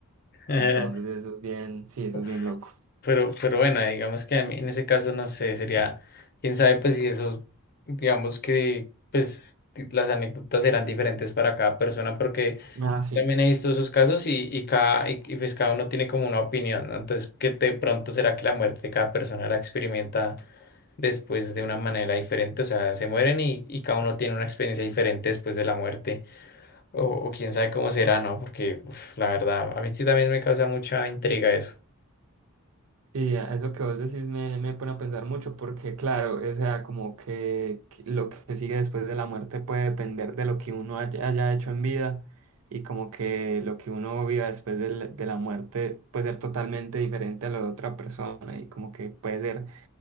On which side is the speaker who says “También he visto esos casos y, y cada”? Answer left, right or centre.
Left